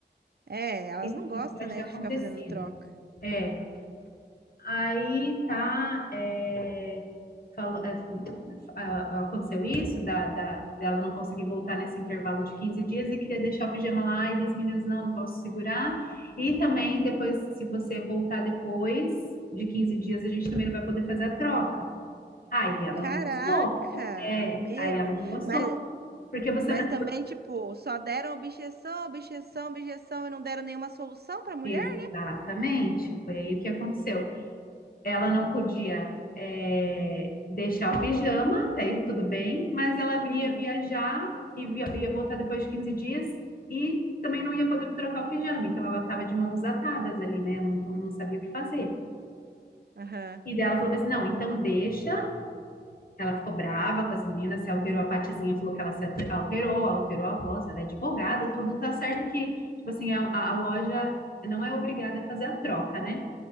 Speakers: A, on the right; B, on the left.
A: É, elas
B: O que
A: não gostam,
B: que pode
A: né,
B: ter acontecido?
A: de ficar fazendo troca.
B: É, aí tá, é, fala- é, ela- aconteceu isso, da, da- dela não conseguir voltar nesse intervalo de 15 dias e queria deixar o pijama lá, e das meninas, não, não posso segurar. E também, depois, se você voltar depois de 15 dias, a gente também não vai poder fazer a troca. Aí ela
A: Caraca,
B: não gostou. É,
A: meu.
B: aí ela não gostou.
A: Mas,
B: Porque você.
A: mas
B: não-
A: também, tipo, só deram objeção, objeção, objeção e não deram nenhuma solução pra mulher?
B: Exatamente, foi aí o que aconteceu. ela não podia é, deixar o pijama, até aí tudo bem, mas ela
A: Uhum,
B: ia viajar e via- ia voltar depois de 15 dias e também não ia poder trocar o pijama, então ela estava de mãos atadas ali, né? Não, não sabia o que fazer.
A: aham.
B: E daí ela falou assim: não, então deixa. Ela ficou brava com as meninas, se alterou a partezinha, falou que ela se ate- alterou, alterou a voz, ela é advogada, tudo tá certo que, tipo assim, a, a a loja não é obrigada a fazer a troca, né?